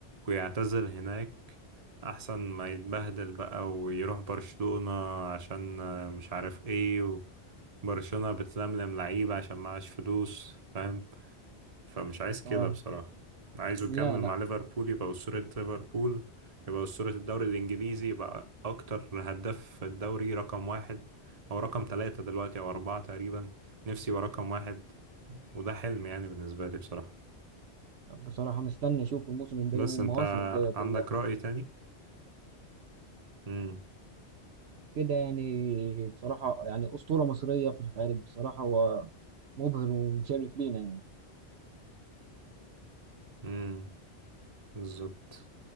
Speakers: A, on the right; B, on the right.
A: ويعتزل هناك احسن ما يتبهدل بقى ويروح برشلونة عشان آه، مش عارف ايه وبرشلونة بتلملم لعيبة عشان معاش فلوس فاهم فمش عايز كده
B: اه
A: بصراحة عايزه
B: لا
A: يكمل
B: لا
A: مع ليفربول يبقى أسطورة ليفربول يبقى أسطورة الدوري الإنجليزي يبقى أكتر هداف في الدوري رقم واحد أو رقم ثلاثة دلوقتي أو أربعة تقريبا نفسي يبقى رقم واحد وده حلم يعني بالنسبة لي بصراحة
B: بصراحه مستني اشوف الموسم الجاي
A: بس
B: والمواسم
A: انت
B: الجايه كلها
A: عندك رأي تاني امم
B: وكده يعني بصراحه يعني اسطوره مصريه في الخارج بصراحه هو مبهر ومشرف لينا يعني
A: امم بالظبط